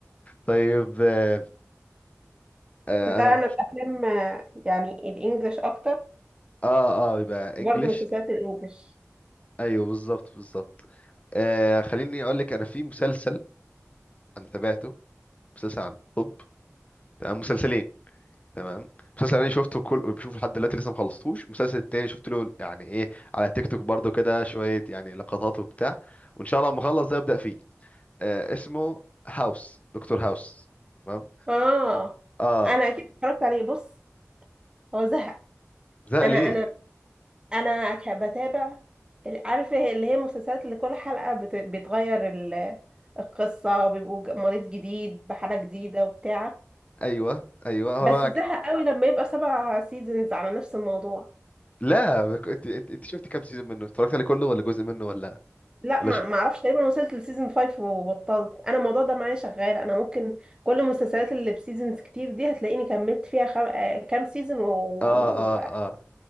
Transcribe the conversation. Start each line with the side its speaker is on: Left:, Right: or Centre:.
Left: طيب آه، آه،
Right: ده
Left: انا
Right: انا الافلام آه، يعني الانجليش اكتر
Left: اه اه يبقى
Right: برضه
Left: انجلش
Right: مسلسلات الانجليش
Left: ايوه بالظبط بالظبط آه خليني اقول لك انا في مسلسل انا تابعته مسلسل عن الطب تمام مسلسلين تمام مسلسل انا شفته كل بشوفه لحد دلوقتي لسه ما خلصتوش المسلسل التاني شفت له يعني ايه على تيك توك برضو كده شويه يعني لقطات وبتاع وان شاء الله لما اخلص ده ابدا فيه آه اسمه هاوس دكتور هاوس تمام
Right: اه
Left: اه
Right: انا اكيد اتفرجت عليه بص هو زهق
Left: ده
Right: انا
Left: ليه
Right: انا انا ك- بتابع ال- عارفه اللي هي المسلسلات اللي كل حلقه بت- بتغير ال- القصه وبيبقوا ج- مريض جديد بحاله جديده وبتاع
Left: ايوه ايوه
Right: بس
Left: هو
Right: زهق قوي لما يبقى سبع سيزونز على نفس الموضوع
Left: لا بك- انت انت انت شفت كام سيزون منه اتفرجت عليه كله ولا جزء منه ولا
Right: لا
Left: ولا
Right: ما
Left: ش...
Right: ما اعرفش تقريبا وصلت لسيزون 5 وبطلت انا الموضوع ده معايا شغال انا ممكن كل المسلسلات اللي بسيزونز كتير دي هتلاقيني كملت فيها خم... آه، كام سيزون و... و...
Left: اه اه اه